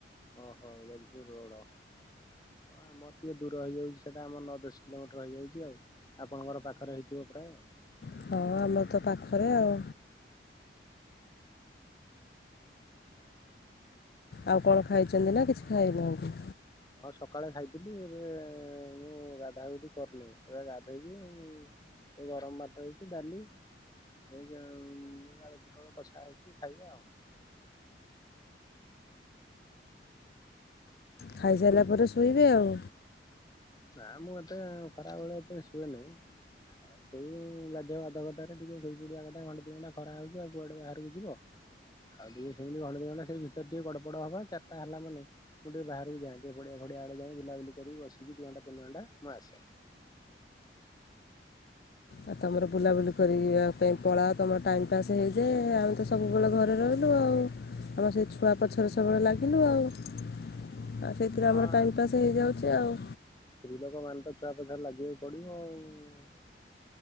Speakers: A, on the left (about 20°); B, on the left (about 55°).
A: ଓ ହୋ ଯାଜପୁର ରୋଡ ହ ହଁ ଆମର ଟିକେ ଦୂର ହେଇଯାଉଚି ସେଇଟା ଆମର ନଅ ଦଶ କିଲୋମିଟର ହେଇଯାଉଚି ଆଉ। ଆପଣଙ୍କର ପାଖରେ ହେଇଥିବ ପ୍ରାୟ ଆଉ।
B: ହଁ ଆମର ତ ପାଖରେ ଆଉ।
A: ଓ ହୋ।
B: ଆଉ କଣ ଖାଇଛନ୍ତି ନା କିଛି ଖାଇନାହାନ୍ତି?
A: ହଁ ସକାଳେ ଖାଇଥିଲି ଏବେ ମୁଁ ଗାଧା ଗୁଧି କରିନି ଏବେ ଗାଧେଇକି ଉଁ ଏ ଗରମ ଭାତ ହେଇଚି ଡାଲି ଏଇନା ଉଁ ଏଇ ଆଳୁ ପୋଟଳ କଷା ହେଇଚି ଖାଇବା ଆଉ।
B: ଖାଇସାଇଲା ପରେ ଶୋଇବେ ଆଉ।
A: ନା ମୁଁ ଏତେ ଖରାବେଳେ ଏତେ ଶୁଏ ନେଇଁ। ଆଉ ସେଇ ବାଧ୍ୟ ବାଧକତାରେ ଟିକେ ଶୋଇପଡିବା କଥା ଘଣ୍ଟେ ଦି ଘଣ୍ଟା ଖରା ହଉଚି ଆଉ କୁଆଡେ ବାହାରକୁ ଯିବ। ଆଉ ଟିକେ ସେମତି ଘଣ୍ଟେ ଦିଘଣ୍ଟା ସେଇ ଭିତେରେ ଟିକେ ଗଡ ପଡ ହବା ଚାରଟା ହେଲା ମାନେ ମୁଁ ଟିକେ ବାହାରକୁ ଯାଇଁ। ଏ ପଡିଆ ଫଡ଼ିଆ ଆଡେ ଯାଇଁ ବୁଲାବୁଲି କରିବି ବସିବି ଦି ଘଣ୍ଟା ତିନି ଘଣ୍ଟା ମୁଁ ଆସେ।
B: ଆଉ ତୁମର ବୁଲାବୁଲି କରକି ଆ ପାଇଁ ପଳାଅ ତମର ଟାଇମ୍ ପାସ୍ ହେଇଯାଏ ଆମେ ତ ସବୁବେଳେ ଘରେ ରହିଲୁ ଆଉ। ଆମର ସେ ଛୁଆ ପଛରେ ସବୁବେଳେ ଲାଗିଲୁ ଆଉ ଆ ସେଇଥିରେ
A: ହଁ
B: ଆମର ଟାଇମ୍ ପାସ୍ ହେଇଯାଉଚି ଆଉ।
A: ସ୍ତ୍ରୀ ଲୋକ ମାନେ ତ ଛୁଆ ପଛରେ ଲାଗିବାକୁ ପଡିବ ଆଉ।